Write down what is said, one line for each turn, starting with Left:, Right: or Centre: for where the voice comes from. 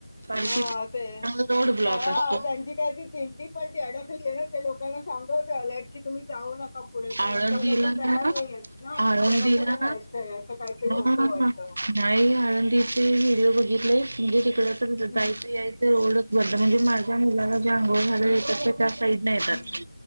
Right: पालखी
Left: हा
Right: त्यामुळे
Left: ते
Right: रोड ब्लॉक
Left: त्या
Right: असतो.
Left: त्यांची काय ती दिंडी पण ती अडकली आहे <unintelligible> कि तुम्ही जाऊ न पुढे
Right: आळंदीला
Left: पण ते लोक त्यार
Right: ना
Left: नाहीयेत ना.
Right: आळंदीला
Left: त्याला पुढे जायचंय. असं काहीतरी
Right: हा
Left: होतं वाटतं.
Right: नाही आळंदीचे व्हिडिओ बघितले म्हणजे तिकडच
Left: हम्म
Right: जा याय रोडच बंद म्हणजे माझ्या मुलाला जे आंघोळ घालायला जे येतात ते त्या साईड न येतात.
Left: हम्म हम्म